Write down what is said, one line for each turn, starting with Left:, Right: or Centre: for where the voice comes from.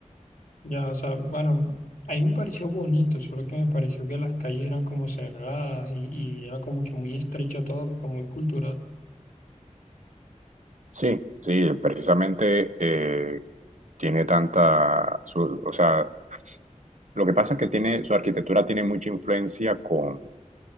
Left: Ya, o sea, bueno, a mí me pareció bonito, solo que me pareció que las calles eran como cerradas y, y era como que muy estrecho todo, pero muy cultural.
Right: Sí, sí, precisamente eh, tiene tanta, su- o sea, lo que pasa es que tiene, su arquitectura tiene mucha influencia con,